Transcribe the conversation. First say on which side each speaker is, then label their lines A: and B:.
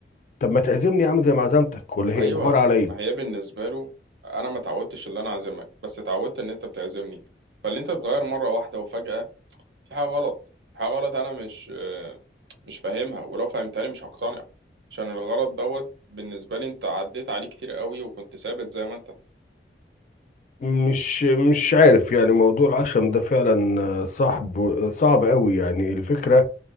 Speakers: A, on the left; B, on the right.
A: طب ما تعزمني يا عم زي ما عزمتك ولا هي
B: ايوه
A: اجبار عليا
B: ما هي بالنسبه له انا ما تعودتش ان انا اعزمك بس اتعودت ان انت بتعزمني فاللي انت تتغير مره واحده وفجاه في حاجة غلط في حاجة غلط أنا مش آه، مش فاهمها ولو فهمتها لي مش هقتنع عشان الغلط دوت بالنسبة لي أنت عديت عليه كتير قوي وكنت ثابت زي ما أنت
A: مش مش عارف يعني موضوع العشم ده فعلا آه، صعب صعب قوي يعني الفكرة